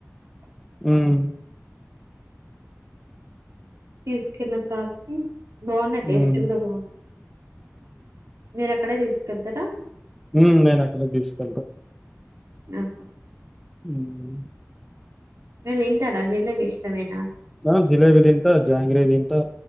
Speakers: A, on the right; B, in the centre.
A: <unintelligible>
B: మ్మ్
A: తీసుకెళ్ల పాపకి బాగున్నాయి
B: హ్మ్.
A: టేస్ట్ కూడా బాగున్నాయి మీరక్ క్కడ తీసుకెలతారా
B: మ్మ్ నేను అక్కడే తీసుకెళ్తా
A: ఆహా
B: మ్మ్
A: మీరు తింటారా జిలేబి ఇష్టమేనా
B: ఆ జిలేబీ తింటా జాంగరీ తింటా